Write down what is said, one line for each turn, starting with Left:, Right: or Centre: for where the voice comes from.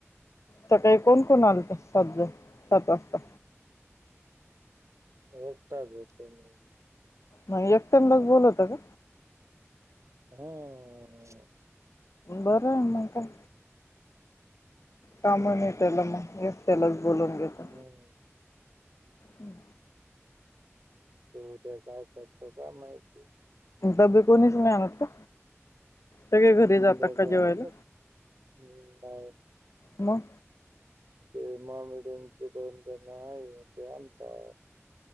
Left: सकाळी कोण कोण आलत सात जण सात वाजता?
Right: एकटाच होतो मी.
Left: मग एकट्यानाच बोलवता का?
Right: हम्म.
Left: बरं हाय मग काय. काम नाही त्याला मग एकट्यालाच बोलवुन घेता.
Right: हम्म
Left: हम्म.
Right: ते उद्या काय करत काय माहिती.
Left: डब्बे कोणीच नाही आणत का? सगळे घरी जातात
Right: डब्यांच
Left: का जेवायला,
Right: नाही
Left: मग?
Right: ते मोमीडियन ते <unintelligible> त्यांना आहे ते आणता.